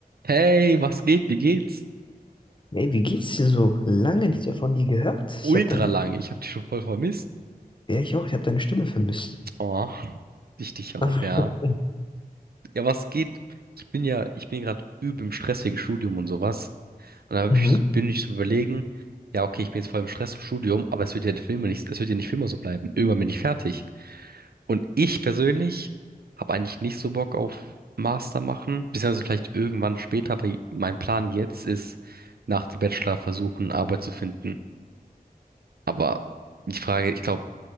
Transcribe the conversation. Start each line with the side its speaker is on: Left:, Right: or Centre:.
Right: Hey, was geht? Wie geht's?
Left: Ey, wie geht's dir so? Lange nicht mehr von dir gehört.
Right: Ultra
Left: Ich habe deine,
Right: lang. Ich hab dich schon voll vermisst.
Left: ja, ich auch, ich habe deine Stimme vermisst.
Right: Oh, ich dich auch,
Left: <laughs>
Right: ja. Ja, was geht? Ich bin ja, ich bin gerade übel im Stress wegen Studium und sowas. Und da hab
Left: Mhm.
Right: ich, so- bin ich so überlegen, ja, okay, ich bin jetzt voll im Stress im Studium, aber es wird ja nicht für immer nicht, es wird ja nicht für immer so bleiben. Irgendwann bin ich fertig. Und ich persönlich habe eigentlich nicht so Bock auf Master machen, beziehungsweise vielleicht irgendwann später, aber mein Plan jetzt ist, nach dem Bachelor versuchen, Arbeit zu finden. Aber die Frage, ich glaube,